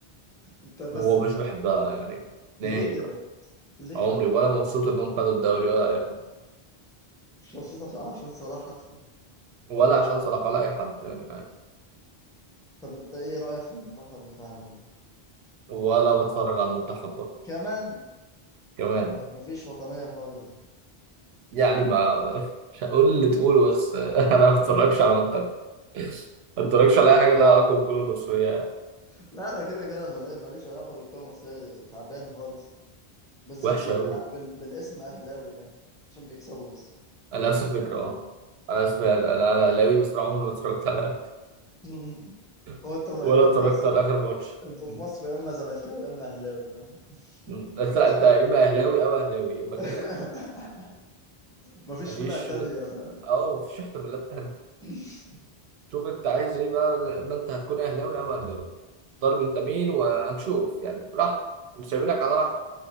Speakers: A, in the centre; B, on the right (about 85°).
A: انت بس
B: هو مش بحبها يعني نهائي
A: ليه كده
B: بقى
A: ليه
B: عمري
A: كده
B: ولا مبسوط انهم خدوا الدوري ولا اي حاجه
A: مش مبسوط عش- عشان صلاح حتى
B: ولا عشان صلاح ولا اي حد يعني عادي
A: طب انت ايه رأيك في المنتخب بتاعنا طيب
B: ولا بتفرج على المنتخب برضه
A: كمان
B: كمان
A: اه، مفيش وطنية خالص دي
B: يعني ما مش هقول اللي تقوله بس <laughs> انا ما بتفرجش
A: <laughs>
B: على المنتخب ما بتفرجش على اي حاجه لها علاقه بالكوره المصريه
A: لا انا كده كده ملا- ماليش علاقة بالكورة المصرية تعبانة خالص بس
B: وحشه
A: هي بال...
B: قوي
A: بال... بالاسم اهلاوي يعني عشان بيكسبوا بس
B: انا نفس الفكره اه انا اسمع انا أنا اهلاوي بس انا عمري ما اتفرجت على الأهلي.
A: <laughs> هو
B: <laughs>
A: انت انت
B: ولا
A: في
B: اتفرجت
A: مصر
B: على اخر ماتش
A: انت في
B: م.
A: مصر يا اما زملكاوي يا اما اهلاوي فاهم
B: م. انت
A: مفيش
B: انت
A: فرق
B: يا اما اهلاوي او اهلاوي يا اما
A: <laughs>
B: كده او كده
A: مفيش
B: مفيش
A: فرق تانية فاهم
B: اه مفيش احتمالات تانية
A: <laughs>
B: شوف انت عايز ايه بقى ما انت هتكون اهلاوي او اهلاوي طالب انت مين وهنشوف يعني براحتك مش سايبينك على راحتك